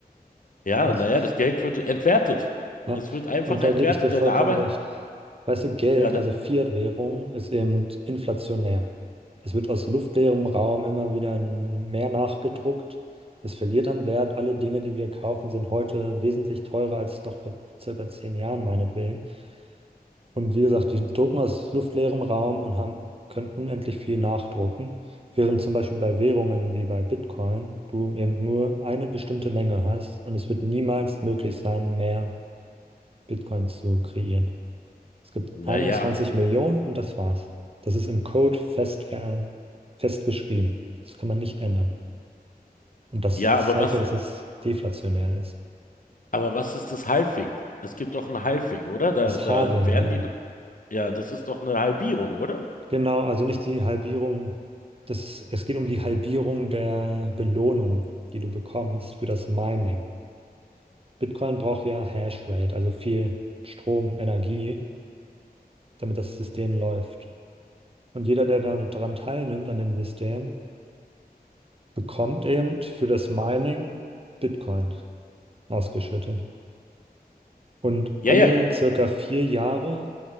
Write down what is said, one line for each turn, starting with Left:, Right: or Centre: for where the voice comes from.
Left: ja,
Right: Yes.
Left: naja, das Geld wird entwertet.
Right: Ja.
Left: Es wird einfach
Right: Und
Left: entwertet.
Right: da gebe ich dir vollkommen
Left: Deine Arbeit,
Right: recht. Weißt du, Geld,
Left: ja, da,
Right: also Fiat-Währung, ist eben inflationär. Es wird aus luftleerem Raum immer wieder mehr nachgedruckt. Es verliert an Wert. Alle Dinge, die wir kaufen, sind heute wesentlich teurer als noch vor circa zehn Jahren, meinetwegen. Und wie gesagt, die drucken aus luftleerem Raum und haben, können unendlich viel nachdrucken, während zum Beispiel bei Währungen wie bei Bitcoin du eben nur eine bestimmte Menge hast und es wird niemals möglich sein, mehr Bitcoins zu kreieren. Es gibt
Left: naja.
Right: 21
Left: Ja,
Right: Millionen und das war's. Das ist im Code fest, ver- festgeschrieben. Das kann man nicht ändern. Und das
Left: Ja,
Right: zeigt
Left: aber was,
Right: ja, dass es deflationär ist.
Left: Aber was ist das Halving? Es gibt doch ein Halving, oder? Da,
Right: Das
Left: da
Right: Halving,
Left: werden
Right: ja.
Left: die. doch- Ja, das ist doch eine Halbierung, oder?
Right: Genau, also nicht die Halbierung. Das, es geht um die Halbierung der Belohnung, die du bekommst für das Mining. Bitcoin braucht ja Hashrate, also viel Strom, Energie, damit das System läuft. Und jeder, der da- daran teilnimmt, an dem System, bekommt eben für das Mining Bitcoin ausgeschüttet. Und
Left: Ja,
Right: alle
Left: ja.
Right: circa vier Jahre